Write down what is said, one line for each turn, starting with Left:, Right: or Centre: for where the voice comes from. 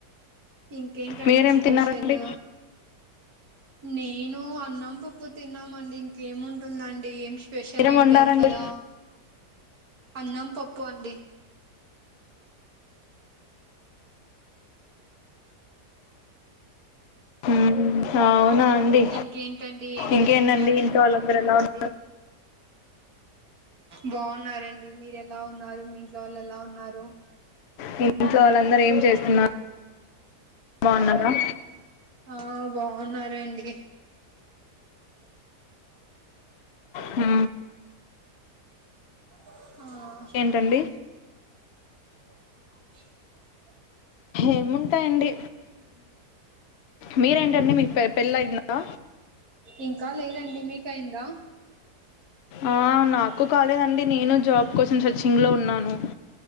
Right: ఇంకేంటండి
Left: మీరేం
Right: స్పెషల్
Left: తిన్నారండి
Right: నేను అన్నం పప్పు తిన్నామండి ఇంకా ఇంకా ఏముంటుందండి ఏం స్పెషల్
Left: మీరేం
Right: ఏం
Left: వండారండి
Right: లేదు కదా అన్నం పప్పు అండి
Left: హ్మ్ అవునా అండి
Right: ఇంకేంటండి ఏం చేస్తున్నారండి
Left: ఇంకేంటండి ఇంట్లో వాళ్ళందరూ
Right: అవునండి
Left: ఎలా ఉన్నారు
Right: బాగున్నారండి మీరు ఎలా ఉన్నారు మీ ఇంట్లో వాళ్ళు ఎలా ఉన్నారు
Left: మీ ఇంట్లో వాళ్ళందరూ ఏం చేస్తున్నారు బాగున్నారా
Right: ఆ బాగున్నారండి
Left: హ
Right: హ
Left: ఏంటండి
Right: <unintelligible>
Left: ఏముంటాయండి మీరేంటండి మీ మీకు పెళ్లయిందా
Right: ఇంకా లేదండి మీకైందా
Left: ఆ నాకు కాలేదండి నేను జాబ్ కోసం సర్చింగ్ లో ఉన్నాను